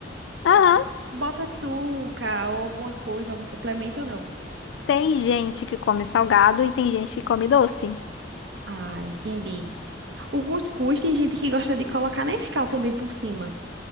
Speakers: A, on the left; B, on the right.
A: Aham,
B: bota açúcar ou alguma coisa, algum complemento ou não?
A: tem gente que come salgado e tem gente que come doce.
B: Ah, entendi. O cuscuz tem gente que gosta de colocar Nescau também por cima.